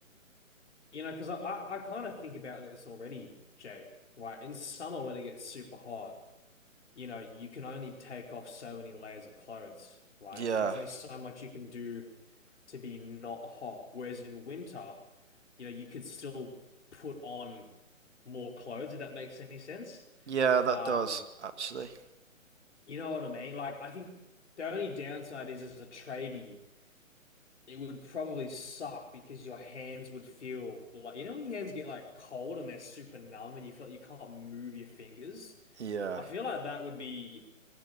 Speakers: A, on the left (about 55°); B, on the right (about 55°).
A: you know, because I I, I kind of think about this already, Jake. Right? In summer when it gets super hot. you know, you can only take off so many layers of clothes, right?
B: Yeah.
A: So there's only so much you can do to be not hot. Whereas in winter, you know, you could still put on more clothes, if that makes any sense.
B: Yeah, that
A: Um,
B: does actually.
A: you know what I mean? Like, I think the only downside is as a tradie, it would probably suck because your hands would feel like, you know, when your hands get like cold and they're super numb and you feel like you can't move your fingers.
B: Yeah.
A: I feel like that would be